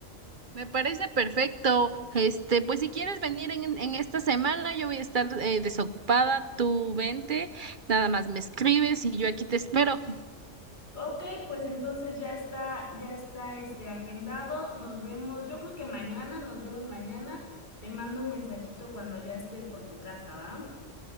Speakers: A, on the right (about 45°); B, on the left (about 40°).
A: me parece perfecto. Este, pues si quieres venir en, en esta semana, yo voy a estar eh, desocupada, tú vente, nada más me escribes y yo aquí te espero.
B: Ok, pues entonces ya está, ya está este agendado. Nos vemos, yo creo que mañana, nos vemos mañana. Te mando un mensajito cuando ya esté por tu casa, ¿va?